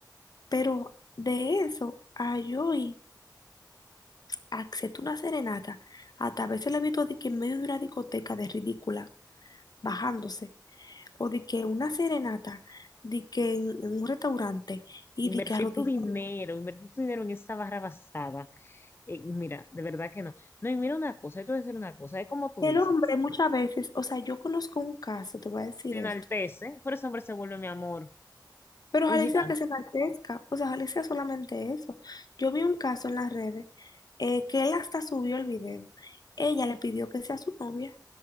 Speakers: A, on the left; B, on the left.
A: Pero de eso a yo ir a hacerte una serenata, hasta a veces la he visto de que en medio de una discoteca de ridícula, bajándose, o de que una serenata, de que en en un restaurante y
B: Invertir
A: de que arrodillada
B: tu dinero, invertir tu dinero en esa barra basada. eh, mira, de verdad que no. No, y mira una cosa, yo te voy a decir una cosa, es como tú
A: El
B: dices,
A: hombre muchas veces, o sea, yo conozco un caso, te voy a decir
B: se
A: esto,
B: enaltece, por ese hombre se vuelve mi amor,
A: pero
B: un
A: ojalá
B: gigante.
A: y sea que se enaltezca, o sea, ojalá y sea solamente eso. Yo vi un caso en las redes eh, que él hasta subió el video. Ella le pidió que sea su novia,